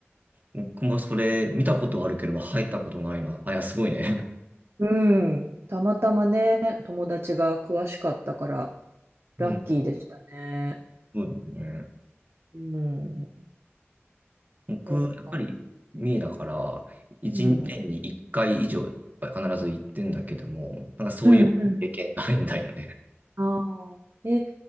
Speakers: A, on the right (about 40°); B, on the right (about 65°).
A: 僕もそれ見たことあるけれど入ったことないな。あ、いや、すごいね。
B: う。うん。たまたまね、友達が詳しかったから、ラッキーでしたね。
A: うん。そうだね。
B: うん。
A: 僕、
B: そうか。
A: やっぱり三重だから、一年に一回以上は必ず行ってんだけども、
B: うん。
A: なんかそういう経験ないんだよね。
B: うんうん。ああ。え、